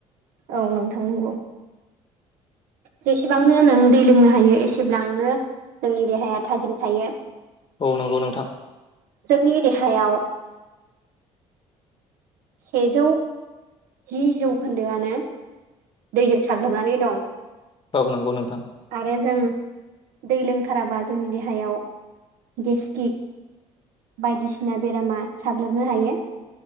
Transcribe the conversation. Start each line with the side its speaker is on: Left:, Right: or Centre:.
Right: औ नोंथां नंगौ जेसेबांनो नों दै लोंनो हायो एसेब्लांनो जोंनि देहाया थाजिम थायो।
Left: औ नंगौ नोंथां
Right: जोंनि देहायाव सेेजौ जि जौखोन्दोआनो दैजों साग्लोबनानै दं।
Left: औ नंगौ नोंथां
Right: आरो जों दै लोंथाराबा जोंनि देहायाव गेस्टिक बायदिसिना बेरामा साग्लोबनो हायो।